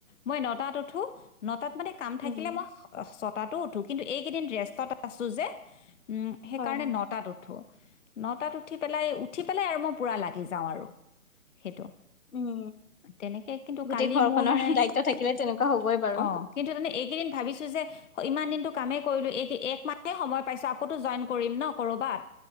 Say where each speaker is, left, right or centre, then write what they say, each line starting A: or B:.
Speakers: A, on the left; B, on the left.
A: মই নটাত উঠো, নটাত মানে কাম থাকিলে
B: উম
A: মই ছতাতো উঠো কিন্তু এইকেইদিন ৰেষ্টত আছো যে। উম, সেইকাৰণে
B: হয় হয়
A: নটাত উঠো। নটাত উঠি পেলাই, উঠি পেলাই আৰু মই পূৰা লাগি যাওঁ আৰু সেইটো।
B: উম
A: তেনেকে কিন্তু
B: গোটেই
A: কালি
B: ঘৰখনৰ
A: মোৰ মানে
B: দায়িত্ব থাকিলে তেনেকুৱা হবই বাৰু
A: অ কিন্তু তমানে এইকেইদিন ভাবিছো যে ইমান দিনটো কামেই কৰিলো। এই এক মাহ সময় পাইছো আকৌ টো জইন কৰিম ন' কৰবাত।